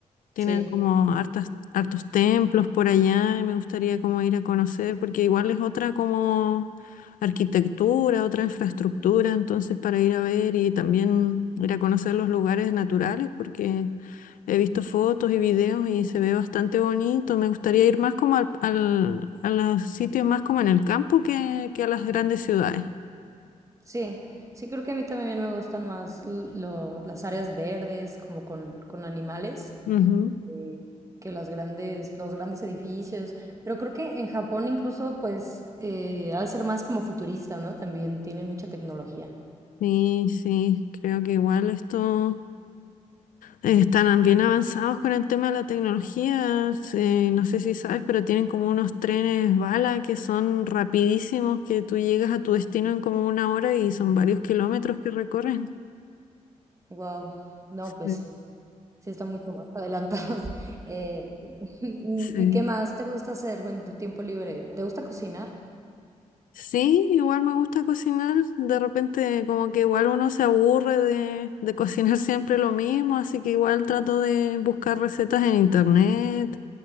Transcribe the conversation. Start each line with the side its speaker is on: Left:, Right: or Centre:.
Left: tienen
Right: Sí,
Left: como hartas, hartos templos por allá y me gustaría como ir a conocer, porque igual es otra como arquitectura, otra infraestructura, entonces para ir a ver y también ir a conocer los lugares naturales, porque... He visto fotos y videos y se ve bastante bonito. Me gustaría ir más como al, al- a los sitios más como en el campo que, que a las grandes ciudades.
Right: sí, sí, creo que a mí también me gustan más l- lo- las áreas verdes, como con, con animales,
Left: Ujú.
Right: eh, que las grandes, los grandes edificios. Pero creo que en Japón incluso, pues, eh, ha de ser más como futurista, ¿no? También tienen mucha tecnología.
Left: Sí, sí, creo que igual esto eh, están bien avanzados con el tema de la tecnología. Se- no sé si sabes, pero tienen como unos trenes bala que son rapidísimos, que tú llegas a tu destino en como una hora y son varios kilómetros que recorren.
Right: Wow, no,
Left: Sí.
Right: pues. Sí, están mucho más adelantados. <laughs> Eh, <laughs> y,
Left: Sí.
Right: y qué más te gusta hacer en tu tiempo libre? ¿Te gusta cocinar?
Left: Sí, igual me gusta cocinar. De repente como que igual uno se aburre de, de <laughs> cocinar siempre lo mismo, así que igual trato de buscar recetas en internet